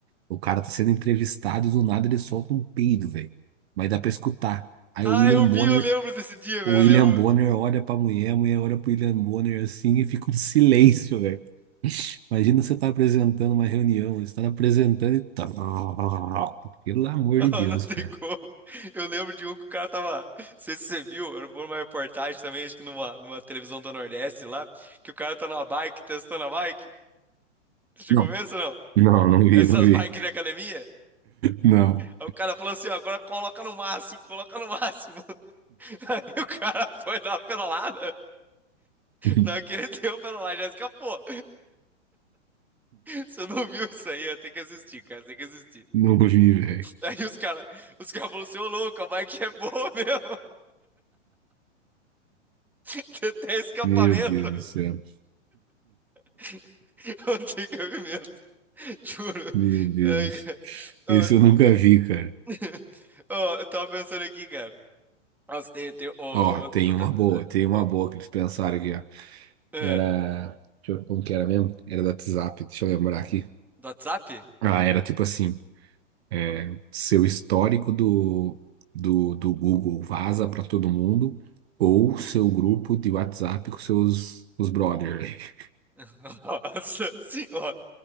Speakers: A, on the right (about 60°); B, in the centre.
A: O cara tá sendo entrevistado e do nada ele solta um peido, velho. Mas dá pra escutar. Aí
B: Ah,
A: o William
B: eu
A: Bonner,
B: vi, eu lembro desse dia,
A: o
B: velho,
A: William
B: eu lembro.
A: Bonner
B: <laughs>
A: olha pra mulher, a mulher olha pro William Bonner assim e fica um silêncio, velho. Imagina você tá apresentando uma reunião, você tá apresentando e. <laughs> Pelo amor
B: Ah,
A: de Deus,
B: não tem
A: cara.
B: como. Eu lembro de um que o cara tava. Não sei se você viu, era uma reportagem também, acho que numa, numa televisão do Nordeste lá, que o cara tá numa bike, testando a bike. Você chegou
A: Não,
B: a ver isso ou não?
A: não, não vi,
B: Essas
A: não vi.
B: bikes de academia?
A: Não.
B: Aí o cara falou assim, ó, agora coloca no máximo, coloca no máximo. <laughs> Aí o cara foi dar uma pedalada.
A: <laughs>
B: Na hora que ele deu a pedalada, já escapou. Você não viu isso aí? Tem que assistir, cara, tem que assistir.
A: Não vi, velho.
B: Aí os caras, os caras falaram assim, ô louco, a bike é boa mesmo. <laughs> Tem até escapamento.
A: Meu Deus do céu.
B: <laughs> Não tem cabimento. Juro.
A: Meu Deus.
B: Ai, cara. Ó,
A: Esse eu nunca vi, cara.
B: <laughs> ó, eu tava pensando aqui, cara. Nossa, tem, tem, ó,
A: Ó,
B: eu
A: tem
B: tô tentando...
A: uma boa, tem uma
B: ó,
A: boa que eles pensaram aqui, ó.
B: é,
A: Era. Deixa eu, como que era mesmo? Era da WhatsApp, deixa eu lembrar aqui.
B: do WhatsApp?
A: Ah, era tipo assim: é, seu histórico do, do, do Google vaza pra todo mundo, ou seu grupo de WhatsApp com seus os brothers, <laughs>
B: <laughs> Nossa senhora.